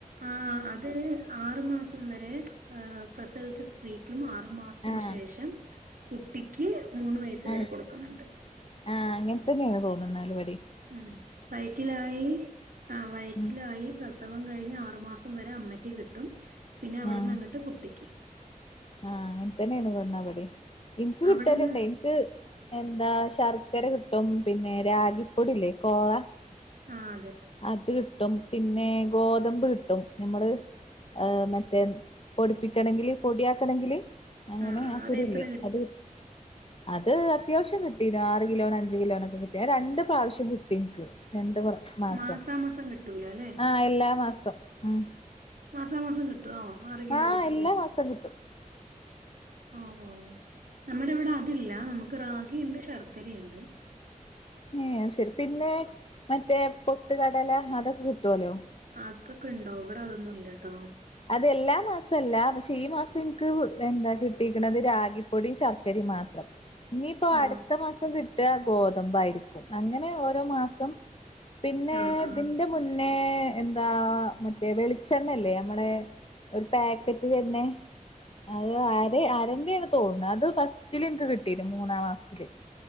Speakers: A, on the right; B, on the left.
A: ആഹ് അത് ആറു മാസം വരെ പ്രസവിച്ച സ്ത്രീക്കും ആ ആറു മാസത്തിന്
B: ആഹ്
A: ശേഷം കുട്ടിക്ക് മൂന്ന് വയസ്
B: ആഹ്
A: വരെ കൊടുക്കുന്നുണ്ട്
B: ആഹ് അങ്ങൻതന്നെണ് തോണ്ന്നാലിവടീം
A: ഉം വൈറ്റിലായി ആഹ് വയറ്റിലായി
B: ഉം
A: പ്രസ പ്രസവം കഴിഞ്ഞ് ആറു മാസം വരെ അമ്മയ്ക്ക് കിട്ടും പിന്നെ അവിടന്നങ്ങട്ട്
B: ആഹ്
A: കുട്ടിക്ക്
B: ആഹ് അങ്ങൻതന്നെണ്ന്നാലിവെടിം ഇൻക്ക്
A: അവിടുന്ന്
B: കിട്ടല്ണ്ടെ ത് എന്താ ശർക്കര കിട്ടും പിന്നെ രാഗിപ്പൊടില്ലേ കോറ
A: ആഹ് അതെ
B: അത് കിട്ടും പിന്നെ ഗോതമ്പ് കിട്ടും ഞമ്മള് ഏഹ് മറ്റേ പൊടിപ്പിക്കണെങ്കില് പൊടിയാക്കണെങ്കില് അങ്ങനെ
A: ആ ആ
B: ആഹ് കുരുല്ലേ
A: അത് എത്ര
B: അത് കിട്ടും അത് അത്യാവശ്യം കിട്ടീണ്. ആറ് കിലോനഞ്ച്കിലോനൊക്കെ കിട്ടി അത് രണ്ട് പ്രാവശ്യം കിട്ടിൻക്ക് രണ്ട് പ്ര മാസം.
A: മാസാമാസം കിട്ടൂല അല്ലെ
B: ആഹ് എല്ലാ മാസം ഉം
A: മാസാ മാസം കിട്ടുവോ ആറ് കിലോ
B: ആഹ്
A: വെച്ചിട്ട്
B: എല്ലാ മാസം കിട്ടും
A: ഓഹ് ഓഹ് നമ്മുടെവടെ അതില്ല നമുക്ക് റാഗിയിണ്ട്, ശർക്കരയിണ്ട്
B: ഏഹ് അത് ശെരി പിന്നെ മറ്റേ പൊട്ട് കടല അതൊക്കെ കിട്ടോലോ
A: അതൊക്കെണ്ടോ വടെ അതൊന്നുംല്ല്യട്ടോ
B: അത് എല്ലാ മാസംല്ല പക്ഷെ ഈ മാസം ഇൻക്ക് എന്താ കിട്ടിക്ക്‌ണത് രാഗിപ്പൊടി ശർ ക്കരിം മാത്രം ഇനിയിപ്പോ
A: ഓ
B: അടുത്ത മാസം കി ട്ടാ ഗോതമ്പായിരിക്കും. അങ്ങനെ ഓരോ മാസം, പിന്നെ
A: ആ ആ
B: തിന്റെ മുന്നേ എന്താ മറ്റേ വെളിച്ചണ്ണെല്ലേ അമ്മളെ ഒരു പാക്കറ്റ്‌വെര്നെ, അവ് ആ അത് ആരെന്റെണ് തോൺണ്. അത് ഫസ്റ്റില്ൻക്ക് കിട്ടീണ് മൂന്നാം മാസ്ത്തില്